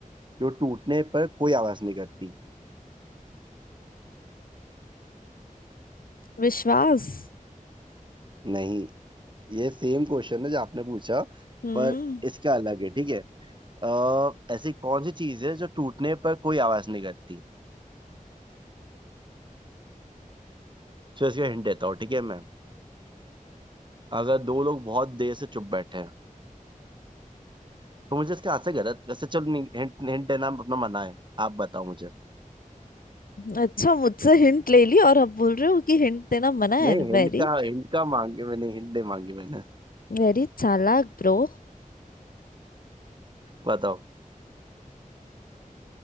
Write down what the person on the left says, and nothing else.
विश्वास
हम्म
अच्छा मुझसे हिंट ले ली और अब बोल रहे हो कि हिंट देना मना
है वेरी
वेरी चालाक ब्रो